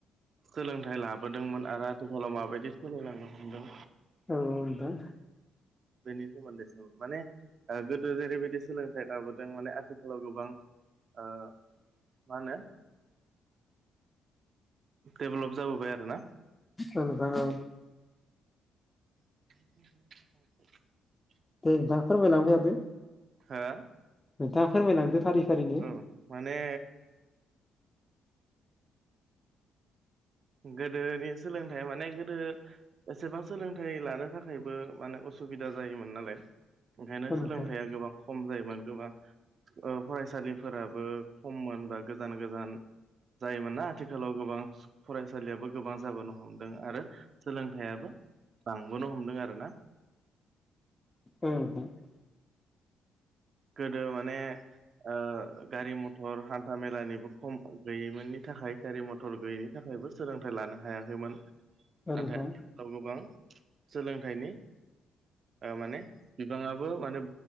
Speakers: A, on the right; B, on the left.
A: खोलोंथाइ लाबोदोंमोन आरो आथिखालाव माबायदि सोलायलांनो हमदों।
B: औ नोंथां।
A: बेनि सोमोन्दैसो माने ओ गोदो जेरैबायदि सोलोंथाइ लाबोदों माने आथ थिखालाव गोबां ओ मा होनो डेभेलप जाबोबाय आरो ना।
B: औ नोंथां औ।
A: <inaudible>
B: दे नोंथां फोरमायलांबाय थादों।
A: हो?
B: नोंथाङा फोरमायलांदो। फारि फारिनो
A: ओं माने गोदोनि सोलोंथाइया माने गोदो एसेबां सोलोंथाइ लानो थाखायबो माने असुबिदा जायोमोन नालाय ओंखायनो
B: औ
A: सोलोंथाइआ
B: नोंथां
A: गोबां खम जायोमोन गोबां ओ फरायसालिफोराबो खममोन बा गोजान गोजान जायोमोन ना आथिखालाव गोबां फरायसालियाबो गोबां जाबोनो हमदों आरो सोलोंथाइयाबो बांबोनो हमदों आरोना।
B: <unintelligible>
A: गोदो माने ओ गारि मथ थर हान्था मेलानिबो खम गैयैमोननि थाखाय गारि मथर गैयिनि थाखायबो सोलोंथाइ लानो हायाखैमोन।
B: औ
A: नाथाय
B: नोंथां
A: आथिखालाव गोबां सोलोंथाइनि माने बिबाङाबो माने